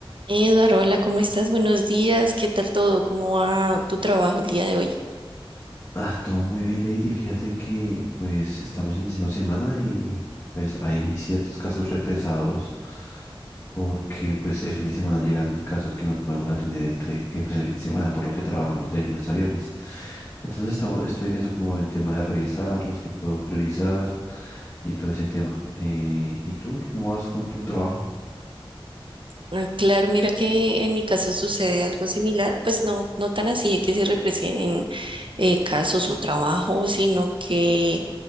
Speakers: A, on the right; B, on the left.
A: Eduardo, hola, ¿cómo estás? Buenos días, ¿qué tal todo? ¿Cómo va tu trabajo el día de hoy?
B: Ah, todo muy bien, Lady. Fíjate que pues estamos iniciando semana y pues hay ciertos casos represados porque pues el fin de semana llegan casos que no podemos atender entre eh, pues, el fin de semana por lo que trabajamos de lunes a viernes. Entonces estamos, estoy en eso como en tema de revisar los que puedo priorizar y todo ese tema. Eh, ¿y tú cómo vas con tu trabajo?
A: Ah, Claro, mira que en mi caso sucede algo similar, pues no, no tan así de que se representen eh, casos o trabajos, sino que